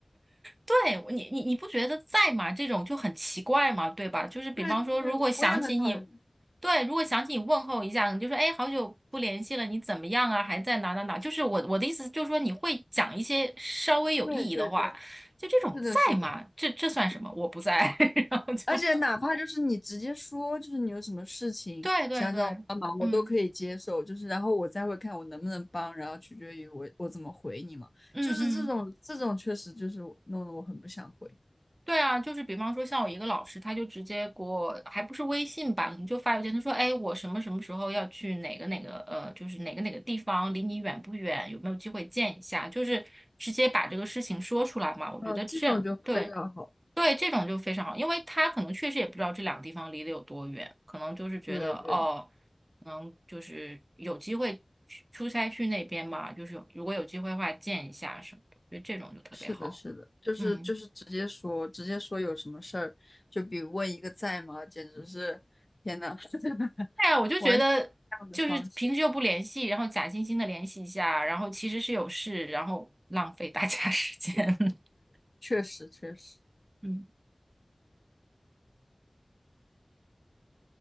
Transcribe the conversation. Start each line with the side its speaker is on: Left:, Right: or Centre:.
Right: 对你，你你不觉得在吗？这种就很奇怪嘛，对吧？就是比方说，
Left: 对对对，
Right: 如果想起你，
Left: 我也很讨厌。
Right: 对，如果想起你问候一下，你就说，哎，好久不联系了，你怎么样啊？还在哪哪哪？就是我我的意思就是说，你会讲一些稍微有意义的话，
Left: 对对对，
Right: 就这种在吗？
Left: 是的，是的。
Right: 这这算什么？我不在，<laughs> 然后就
Left: 而且哪怕就是你直接说，就是你有什么事情想找我帮忙，
Right: <laughs> 对对对，
Left: 我都可以接受。
Right: 嗯
Left: 就是然后我再会看我能不能帮，然后取决于我我怎么回你嘛。
Right: 嗯嗯。
Left: 就是这种这种确实就是我弄得我很不想回。
Right: 对啊，就是比方说像我一个老师，他就直接给我，还不是微信吧，可能就发邮件，他说，哎，我什么什么时候要去哪个哪个，呃，就是哪个哪个地方，离你远不远，有没有机会见一下，就是直接把这个事情说出来嘛。我觉得这对
Left: 嗯、这种就非常好。
Right: 对这种就非常好，因为他可能确实也不知道这两个地方离得有多远，可能就是觉得哦，
Left: 对对，
Right: 可能就是有机会去出差去那边嘛，就是有如果有机会的话见一下什么的，我觉得这种就特别好。
Left: 是的，是的，就是就是直接说，
Right: 嗯。
Left: 直接说有什么事儿，就比问一个在吗，简直是天呐，<laughs>
Right: 对呀，我就觉得就是平时又不联系，
Left: 完全不一样的方式，
Right: 然后假惺惺的联系一下，然后其实是有事，然后浪费大家时间。<laughs>
Left: 确实确实。
Right: 嗯，